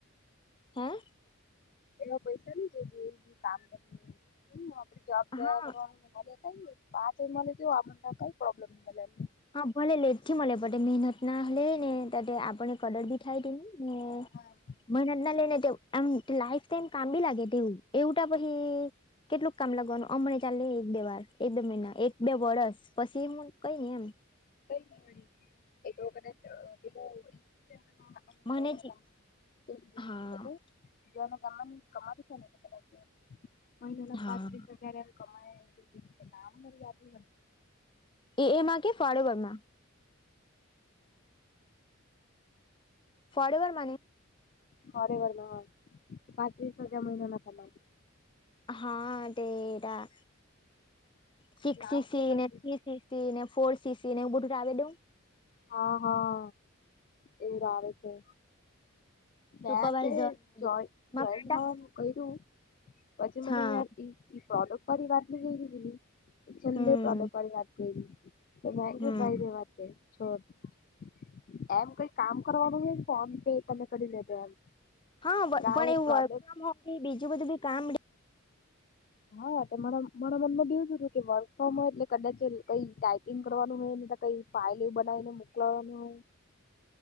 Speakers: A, on the left (about 25°); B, on the left (about 40°).
A: હા?
B: એવા પૈસા ની જોઈએ જે કામ કરી આપે જોબ જયા
A: હા
B: કરવાનું મને કઈ પાંચ મળે તે આમ કઈ પ્રોબ્લેમ ની મલે.
A: હા ભલે લેટઠી મલે બટ એ મેહેનત ના હલે ને ત આપને કદર બી ઠાઈ દમ ને
B: હા
A: મહેનત ના લઈને એમ લાઈફ ટાઈમ કામ બી લાગે તેવું એવુંટ પછી કેટલુંક કામ લગવાનું અમનેં ચાલે એક બે વાર એક બે મહિના એક બે વર્સ પછી હું કઈ નહી એમ.
B: કઈ એ તો કદાચ પે <unintelligible> એ <unintelligible>
A: મને જ હા
B: બીજાને ગવાની કમાતી ચાલે કદચ મહિલોના
A: હા
B: પાત્રીસ હજાર એમ કમાય એમ ટિ છે નામ બર યાદ
A: એ એમાં કે ફાળવમાં? ફોડવેર મને.
B: ફરેવરમાં હ પાચ્રીસ હજાર મહિના ના પગાર.
A: હા તે એતા સિક્સ
B: નામ
A: સીસી
B: કઈ હશે
A: સી સી ને ફોર સીસી નેવું બધુવ દઉં.
B: હા હા એવું આવે છે. મે
A: સુપરવાઈઝર
B: તે
A: ને
B: જ
A: બધું મારા
B: જયન્ટ
A: ફ્રેન્ડ
B: થવા કર્યું પછી મને
A: હા
B: પ્રોડકરી વાત ની ગઈ. ચલ્લે
A: હમ
B: પ્રડક વાતીગ, બરે
A: હમ
B: વા છોટ એમ કઈ કામ કરવાનું છે ફોન પે તમે કરી લેજો એમ.
A: હા પણ
B: આવું
A: એવું
B: પ્રોડક્ટ
A: વર્ક ફ્રોમ હોમ બીજું બધું બી કામ
B: હા મરા મનમાં દવું હતું કે વર્ક ફ્રોમ હોય એટલે કદાચ કઈ ટાઈપ કનું હોય ને કઈ ફાઇલ બનાવીને મોકલવાનું હોય.